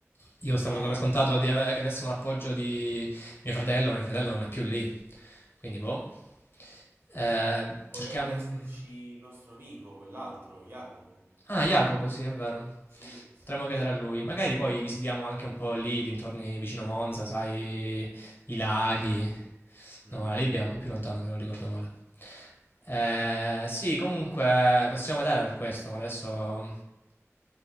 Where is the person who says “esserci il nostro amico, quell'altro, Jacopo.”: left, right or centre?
Right